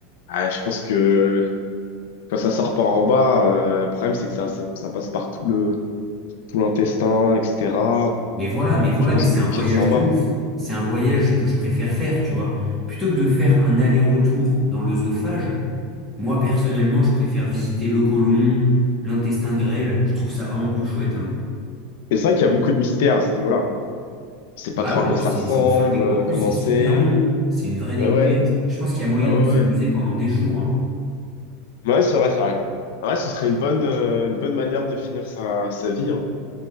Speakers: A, on the left (about 70°); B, in the centre.
A: ah, je pense que quand ça sort par en bas, euh, le problème c'est que ça, ça ça passe par tout le tout l'intestin, etc.
B: Mais voilà, mais voilà,
A: Je pense
B: mais c'est
A: que le
B: un voyage
A: pire c'est en
B: de
A: bas.
B: ouf. C'est un voyage que je préfère faire, tu vois. Plutôt que de faire un aller-retour dans l'œsophage, moi, personnellement, je préfère visiter le côlon, l'intestin grêle. Je trouve ça vraiment plus chouette, hein.
A: Mais c'est vrai qu'il y a beaucoup de mystères à ce niveau-là. On sait
B: Bah
A: pas trop
B: ouais,
A: à quoi
B: puis
A: ça
B: c'est
A: ressemble,
B: c'est une folle dé-
A: euh,
B: En plus,
A: comment
B: c'est super
A: c'est.
B: long. C'est une vraie
A: Ben
B: découverte.
A: ouais.
B: Je pense qu'il y a moyen
A: Bah
B: de
A: ouais,
B: s'amuser
A: ouais.
B: pendant des jours, hein.
A: Ouais, c'est vrai, c'est vrai. Ouais, ce serait une bonne, euh, une bonne manière de finir sa, sa vie, hein,